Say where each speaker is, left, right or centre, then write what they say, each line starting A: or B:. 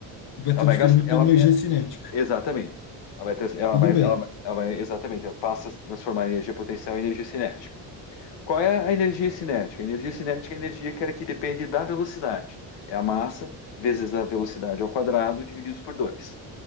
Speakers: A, on the left; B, on the left.
A: Vai
B: Ela
A: transferindo
B: vai gastar, ela,
A: para energia
B: é,
A: cinética.
B: exatamente. Ela vai, trans- ela
A: Tudo
B: vai,
A: bem,
B: ela, vai- ela vai, exatamente, ela passa a se transformar em energia potencial em energia cinética. Qual é a energia cinética? A energia cinética é a energia que, que depende da velocidade. É a massa vezes a velocidade ao quadrado divididos por 2.